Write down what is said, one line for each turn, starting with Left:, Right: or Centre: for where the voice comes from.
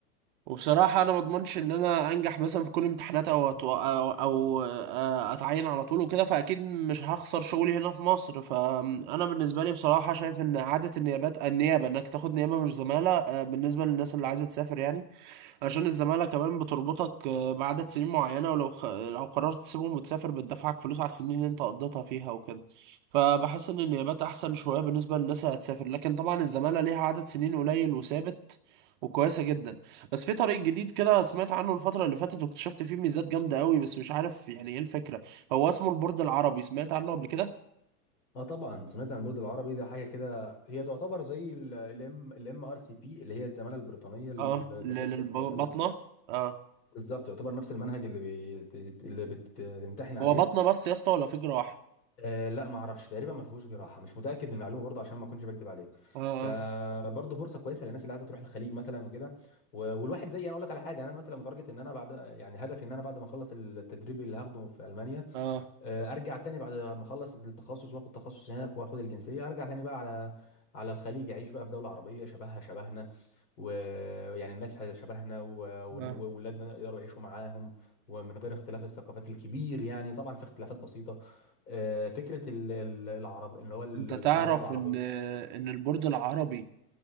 Right: وبصراحة أنا ما أضمنش إن أنا أنجح مثلا في كل الامتحانات أو أتو... أو, أو آه، أتعين على طول وكده فأكيد مش هخسر شغلي هنا في مصر فأنا بالنسبة لي بصراحة شايف إن إعادة النيابات النيابة إنك تاخد نيابة مش زمالة آه، بالنسبة للناس اللي عايزة تسافر يعني عشان الزمالة كمان بتربطك آه، بعدد سنين معينة ولو خ... لو قررت تسيبهم وتسافر بتدفعك فلوس على السنين اللي انت قضيتها فيها وكده فبحس ان النيابات احسن شوية بالنسبة للناس اللي هتسافر لكن طبعا الزمالة ليها عدد سنين قليل وثابت وكويسة جدا بس في طريق جديد كده سمعت عنه الفترة اللي فاتت واكتشفت فيه ميزات جامدة قوي بس مش عارف يعني ايه الفكرة هو اسمه البورد العربي سمعت عنه قبل كده
Left: اه طبعا سمعت عن البرج العربي ده حاجه كده هي تعتبر زي الام الام ار سي بي اللي هي الزماله البريطانيه لدكاتره
Right: اه للبطنة
Left: الباطنه
Right: اه
Left: بالظبط تعتبر نفس المنهج اللي بيت... اللي بتمتحن عليه
Right: هو بطنة بس يا اسطى ولا في جراح
Left: آه لا ما اعرفش تقريبا ما فيهوش جراحه مش متاكد من المعلومه برضه عشان ما اكونش بكذب عليك
Right: اه
Left: فبرضه فرصه كويسه للناس اللي عايزه تروح الخليج مثلا وكده و... والواحد زي انا اقول لك على حاجه انا مثلا متارجت ان انا بعد يعني هدفي ان انا بعد ما اخلص التدريب اللي هاخده في المانيا
Right: اه
Left: آه، ارجع تاني بعد ما اخلص التخصص واخد تخصص هناك واخد الجنسيه ارجع تاني بقى على على الخليج اعيش بقى في دوله عربيه شبهها شبهنا ويعني الناس شبهنا واولادنا
Right: اه
Left: يقدروا يعيشوا معاهم ومن غير اختلاف الثقافات الكبير يعني طبعا في اختلافات بسيطه آه، فكره ال- ال- العرب ان هو ال-
Right: انت تعرف
Left: انها دوله عربيه
Right: ان ان البورد العربي